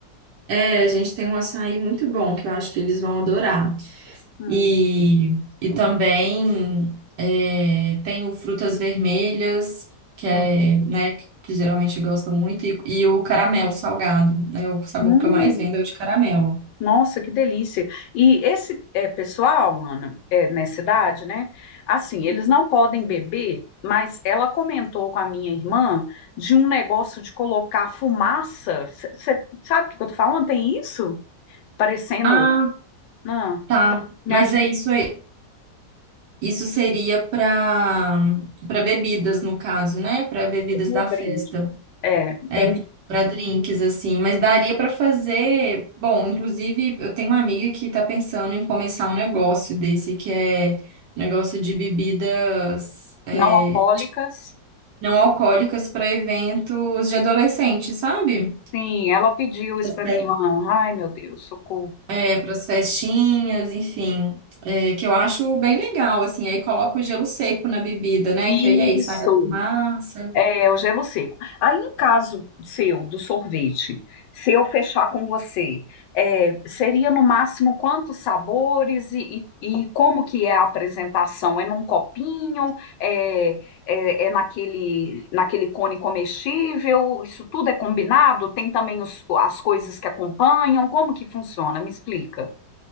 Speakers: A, on the right; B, on the left.
A: É, a gente tem um açaí muito bom que eu acho que eles vão adorar.
B: Hum,
A: E, e também é, tenho frutas vermelhas, que é,
B: hum,
A: né, que, que geralmente eu gosto muito, e, e o caramelo salgado, né? O sabor
B: hum.
A: que eu mais vendo é o de caramelo.
B: Nossa, que delícia. E esse é, pessoal, Ana, é, nessa idade, né? Assim, eles não podem beber, mas ela comentou com a minha irmã de um negócio de colocar fumaça. Você sabe o que que eu tô falando? Tem isso? Parecendo.
A: Ah,
B: Não,
A: tá.
B: tá, me
A: Mas
B: ajuda
A: é isso aí. Isso seria para para bebidas, no caso, né? Para bebidas
B: aí
A: da
B: o drink.
A: festa.
B: É, entendi.
A: É, para drinks, assim. Mas daria para fazer. Bom, inclusive, eu tenho uma amiga que tá pensando em começar um negócio desse, que é um negócio de bebidas é,
B: Não alcoólicas.
A: não alcoólicas para eventos de adolescente, sabe?
B: Sim, ela pediu isso
A: Pras
B: para
A: fe-
B: minha irmã. Ai, meu Deus, socorro.
A: É para as festinhas, enfim. É, que eu acho bem legal, assim. Aí coloca o gelo seco na bebida, né?
B: Isso.
A: Que aí, aí sai a fumaça.
B: É, o gelo seco. Aí, no caso seu, do sorvete, se eu fechar com você, é, seria no máximo quantos sabores e, e- e como que é a apresentação? É num copinho? É, é- é naquele, naquele cone comestível? Isso tudo é combinado? Tem também os- as coisas que acompanham? Como que funciona? Me explica.